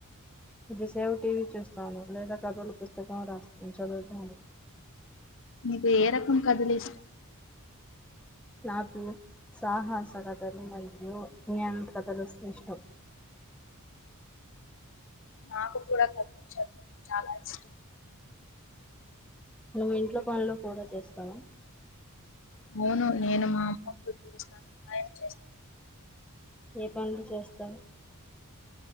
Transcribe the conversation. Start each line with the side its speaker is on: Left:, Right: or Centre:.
Centre: కొందిసేపు టీవీ చూస్తాను లేదా కథలు పుస్తకం రాస్తా చదువుతాను.
Left: మీకు ఏ రకం కథలు ఇష్టం.
Centre: నాకు సాహసలకథలు మరియు జ్ఞానం కథలు శ్రేష్టం.
Left: నాకు కూడా కథలు చదువడం చాలా ఇష్టం.
Centre: నువ్వు ఇంట్లో పనులో కూడా చేస్తావా
Left: అవును నేను మా అమ్మకు తెలిసిన సహాయం చేస్తాను.
Centre: ఏ పనులు చేస్తారు.